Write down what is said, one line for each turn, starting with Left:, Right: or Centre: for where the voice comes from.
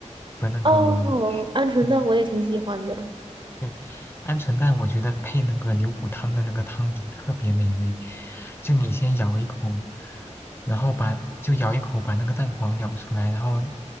Left: 和那个
Right: 哦，鹌鹑蛋我也挺喜欢的。
Left: 嗯，对，鹌鹑蛋我觉得配那个牛骨汤的那个汤底特别美味。就你先咬一口，然后把就咬一口把那个蛋黄咬出来，然后